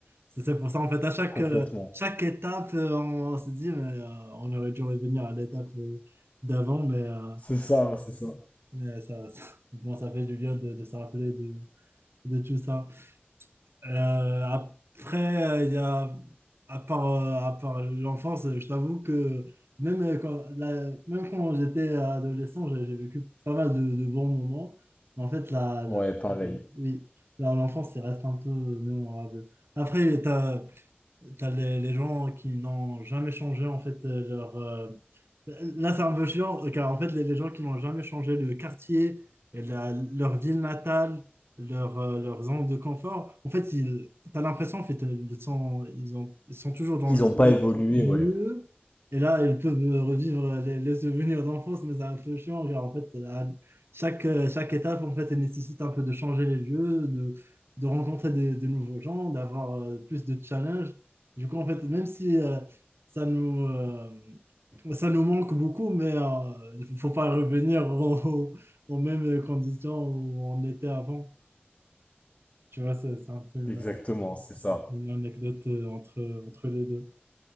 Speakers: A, on the right; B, on the left.
A: C'est c'est pour ça, en fait, à chaque,
B: complètement.
A: euh, chaque étape, euh, on, on se dit, mais, euh, on aurait dû revenir à l'étape euh, d'avant, mais, euh,
B: C'est ça, c'est ça.
A: mais ça- <laughs> bon, ça fait du bien de, de se rappeler de, de tout ça. Euh, après, euh, il y a, à part, euh, à part l'enfance, euh, je t'avoue que même euh, quand, la- même quand j'étais adolescent, j'ai j'ai vécu pas mal de, de bons moments. En fait, la, la-
B: Ouais, pareil.
A: oui, la- l'enfance, il reste un peu mémorable. Après, t'as- T'as les, les gens qui n'ont jamais changé en fait euh, leur. euh, Là, c'est un peu chiant, euh, car en fait, les, les gens qui n'ont jamais changé le quartier, et la- leur ville natale, leur, euh, leur zone de confort, en fait, ils, t'as l'impression en fait, euh, ils sont, ils ont, ils sont toujours dans
B: Ils
A: le
B: ont pas
A: même
B: évolué,
A: lieu.
B: ouais.
A: Et là, ils peuvent euh, revivre les, les souvenirs d'enfance, mais c'est un peu chiant, car en fait, à chaque, euh, chaque étape, en fait, elle nécessite un peu de changer les lieux, de, de rencontrer des, des nouveaux gens, d'avoir euh, plus de challenges. Du coup, en fait, même si euh, ça nous, euh, ça nous manque beaucoup, mais euh, il faut pas revenir <laughs> au- aux, mêmes conditions où on était avant. Tu vois, c'est c'est un peu une,
B: Exactement, c'est ça.
A: une anecdote euh, entre, entre les deux.